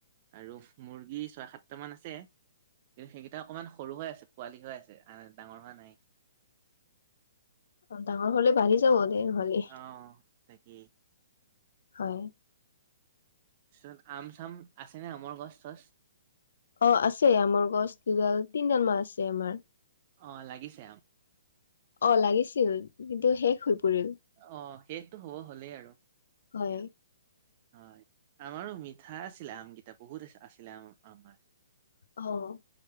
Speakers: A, on the right; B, on the left.
A: আৰু মুৰ্গী ছয় সাতটা মান আছে। কিন্তু সেইকেইটা অকণমান সৰু হৈ আছে পোৱালি হৈ আছে ডাঙৰ হোৱা নাই।
B: অ' ডাঙৰ হলে বাঢ়ি যাব দে ভালেই।
A: অ তাকেই।
B: হয়।
A: তাৰছত আম চাম আছেনে আমৰ গছ চছ?
B: অ' আছে আমৰ গছ দুডাল তিনিডাল মান আছে আমাৰ।
A: অ' লাগিছে আহ
B: অ' লাগিছিল কিন্তু শেষ হৈ পৰিল
A: অ', শেষটো হ'ব হলেই আৰু
B: হয়।
A: এতিয়া হয় আমাৰো মিঠা আছিলে আমকেইটা বহুত আছিলে আম আমাৰ।
B: অ',